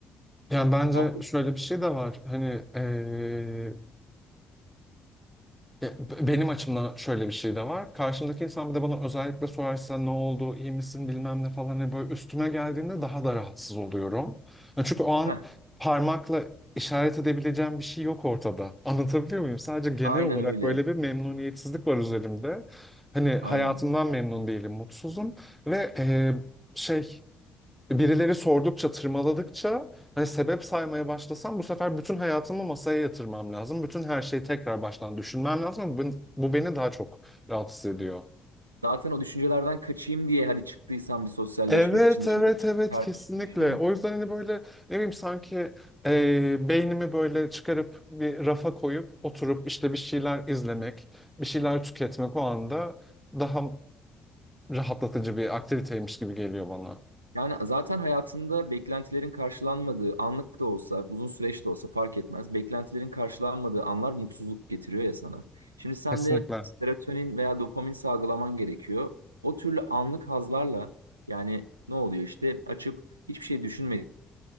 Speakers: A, in the centre; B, on the right (about 85°).
A: Yani bence
B: Hafif.
A: şöyle bir şey de var. Hani eee, e, benim açımdan şöyle bir şey de var. Karşımdaki insan bir de bana özellikle sorarsa ne oldu, iyi misin bilmem ne falan hani böyle üstüme geldiğinde daha da rahatsız oluyorum. Yani çünkü o an
B: Heh,
A: parmakla işaret edebileceğim bir şey yok ortada. <laughs> Anlatabiliyor muyum? Sadece genel
B: aynen
A: olarak
B: öyle.
A: böyle bir memnuniyetsizlik var üzerimde. Hani hayatımdan
B: Aynen.
A: memnun değilim, mutsuzum ve eee, şey birileri sordukça, tırmaladıkça hani sebep saymaya başlasam bu sefer bütün hayatımı masaya yatırmam lazım. Bütün her şeyi tekrar baştan düşünmem lazım. Bu, bu beni daha çok rahatsız ediyor.
B: Zaten o düşüncelerden kaçayım diye hadi çıktıysam bir sosyalleşmek
A: Evet,
B: için
A: evet,
B: dışarı
A: evet kesinlikle.
B: çıkmışım.
A: O yüzden hani böyle ne bileyim sanki e, beynimi böyle çıkarıp bir rafa koyup oturup işte bir şeyler izlemek, bir şeyler tüketmek o anda daha rahatlatıcı bir aktiviteymiş gibi geliyor bana.
B: Yani zaten hayatında beklentilerin karşılanmadığı anlık da olsa, uzun süreç de olsa fark etmez. Beklentilerin karşılanmadığı anlar mutsuzluk getiriyor ya sana. Şimdi sen
A: Kesinlikle.
B: de serotonin veya dopamin salgılaman gerekiyor. O türlü anlık hazlarla yani ne oluyor işte açıp hiçbir şey düşünmediğin